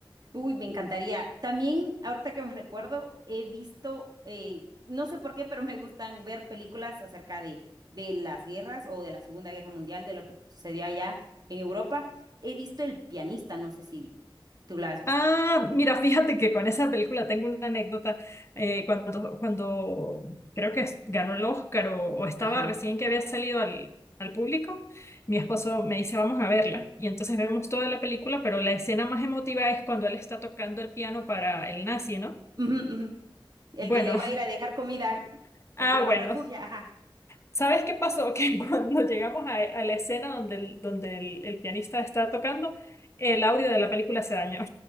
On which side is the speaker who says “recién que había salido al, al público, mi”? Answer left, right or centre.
Left